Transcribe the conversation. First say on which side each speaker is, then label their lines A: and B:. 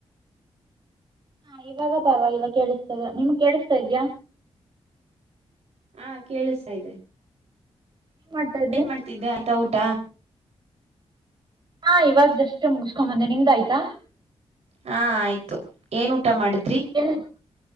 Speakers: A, on the right; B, on the right.
A: ಹಾ ಇವಾಗ ಪರವಾಗಿಲ್ಲ ಕೇಳಿಸ್ತದ ನಿಮ್ಗೆ ಕೇಳ್ತಾ ಇದೀಯ
B: ಹಾ ಕೇಳಿಸ್ತಾ ಇದೆ
A: ಏನ್ ಮಾಡ್ತಾ ಇದ್ರಿ.
B: ಏನ್ ಮಾಡ್ತಿದ್ದೆ ಆಯ್ತಾ ಊಟ
A: ಹಾ ಇವಾಗ ಜಸ್ಟ್ ಮುಗಸ್ಕೊಂಬಂದೆ ನಿಮ್ದ ಆಯ್ತಾ
B: ಹಾ ಆಯ್ತು ಏನ್ ಊಟ ಮಾಡಿದ್ರಿ
A: ಎಲ್